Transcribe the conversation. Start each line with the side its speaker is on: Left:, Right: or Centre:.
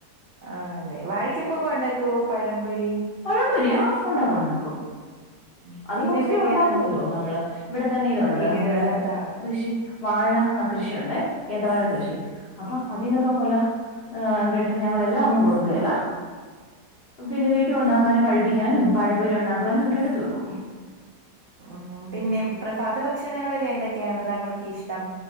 Right: ആഹ് ല്ലെ വാഴക്കപ്പൊക്കെ ഒണ്ടാക്കുവോ പഴംപൊരി.
Left: പഴമ്പൊരി ആഹ് ഉണ്ടാക്കും ഉണ്ടാക്കും.
Right: ഉം.
Left: അത്
Right: പിന്നെ
Left: മോസ്റ്റ്ലി
Right: എന്തൊക്കെയാണ്
Left: ഉണ്ടാക്കുവല്ലോ നമ്മള് ഇവിടെ തന്നെ ഇതുണ്ട്
Right: വീടുകളിൽ
Left: ഉം
Right: അതാ
Left: കൃഷി. വാഴ കൃഷിയുണ്ട് ഏത്തവാഴ കൃഷി അപ്പൊ അതിൽന്നൊക്കെ കൊല. ഏഹ് വെട്ടുമ്പ ഞങ്ങള് എല്ലാം ഒന്നും കൊടുക്കേല്ല. പിന്നെ വീട്ടിൽ ഉണ്ടാക്കാനും പഴിപ്പിക്കാനും പഴംമ്പെരി ഉണ്ടാക്കാനും ഒക്കെ എട്ത്തു വെക്കും.
Right: ഉം പിന്നെ പ്രഫാത ഭക്ഷണങ്ങളിൽ എന്തൊക്കെയാണ് താങ്കൾക്ക് ഇഷ്ടം?